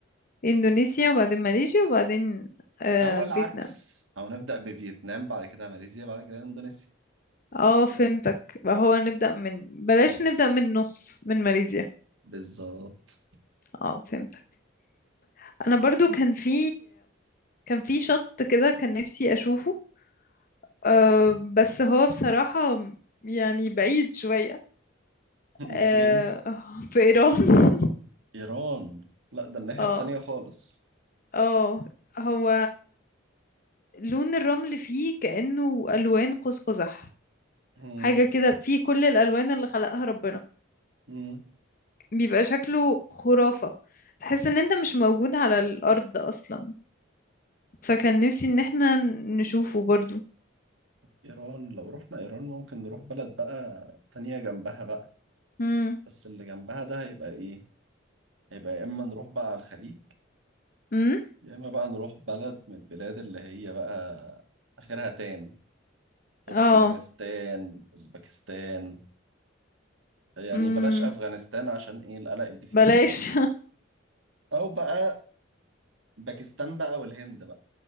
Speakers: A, on the left; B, on the right.
A: اندونيسيا وبعدين ماليزيا وبعدين آه
B: أو العكس
A: فيتنام
B: أو نبدأ بفيتنام بعد كده ماليزيا بعد كده إندونيسيا
A: اه فهمتك يبقى هو نبدأ من بلاش نبدأ من نص من ماليزيا
B: بالظبط
A: اه فهمتك انا برضو كان في كان في شط كده كان نفسي اشوفه أه بس هو بصراحة يعني بعيد شوية أه
B: <laughs> فين؟
A: <laughs> في ايران <laughs>
B: إيران لا ده الناحية
A: اه
B: التانية خالص
A: اه هو لون الرمل فيه كأنه الوان قوس قزح
B: مم.
A: حاجة كده فيه كل الالوان اللي خلقها ربنا
B: مم.
A: بيبقى شكله خرافة تحس ان انت مش موجود على الارض اصلا فكان نفسي ان احنا نشوفه برضو
B: إيران لو رحنا إيران ممكن نروح بلد بقى تانية جنبها بقى
A: امم
B: بس اللي جنبها ده هيبقى إيه؟ هيبقى يا إما نروح بقى على الخليج
A: امم
B: يا إما بقى نروح بلد من البلاد اللي هي بقى آخرها تان تركمانستان
A: اه
B: أوزبكستان يعني
A: امم
B: بلاش افغانستان عشان ايه القلق اللي فيها
A: بلاش <laughs>
B: او بقى باكستان بقى والهند بقى